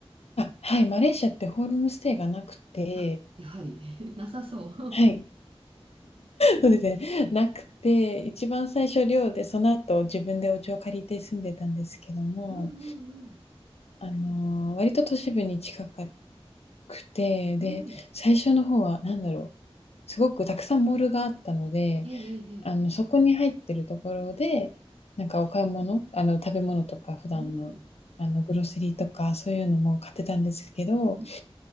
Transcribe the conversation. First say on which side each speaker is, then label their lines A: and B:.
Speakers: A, on the left; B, on the right.
A: あ、はい、マレーシアってホームステイがなくて、
B: あ、やはり、<laughs> なさそう。
A: はい、そうですね、なくて、一番最初寮で、その後自分でお家を借りて住んでたんですけども、
B: <laughs> うんうん
A: あの、割と都市部に近かくて、で、
B: うん。うん。
A: 最初の方は何だろう、すごくたくさんモールがあったので、
B: ええええ。ええ
A: あの、そこに入ってるところで、なんかお買い物、あの、食べ物とか普段の、
B: うん。
A: あの、グロセリーとかそういうのも買ってたんですけど、
B: うん